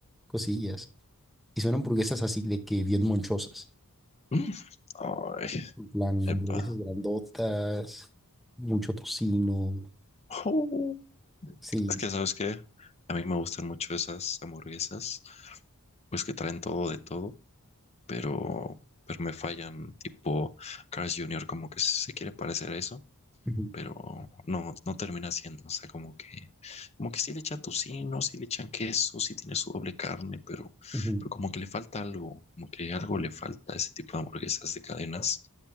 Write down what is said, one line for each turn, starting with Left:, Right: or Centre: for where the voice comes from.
Centre: cosillas. Y son hamburguesas así de que bien monchosas.
Left: Mm. Ay,
Centre: En plan, hamburguesas
Left: epa.
Centre: grandotas, mucho tocino.
Left: Oh.
Centre: Sí.
Left: Es que, ¿sabes qué? A mí me gustan mucho esas hamburguesas, pues que traen todo de todo, pero, pero me fallan. Tipo, Carl's Junior, como que se quiere parecer a eso,
Centre: Ujú,
Left: pero no, no termina siendo, o sea, como que, como que sí le echan tocino, sí ¿no? Sí le echan queso, sí tiene su doble carne, pero,
Centre: ujú.
Left: pero como que le falta algo, como que algo le falta a ese tipo de hamburguesas de cadenas